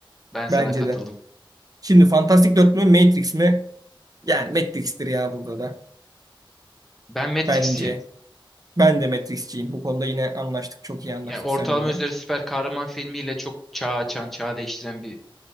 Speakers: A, in the centre; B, on the right (about 45°).
A: Ben sana
B: bence
A: katıldım.
B: de. Şimdi Fantastic 4 mü Matrix mi? Yani Matrix'tir ya burada da.
A: Ben Matrix'iyim.
B: Bence. Ben de Matrix'ciyim. Bu konuda yine anlaştık. Çok iyi anlaştık
A: Yani ortalama
B: seninle.
A: üzeri süper kahraman filmiyle çok çağ açan, çağ değiştiren bir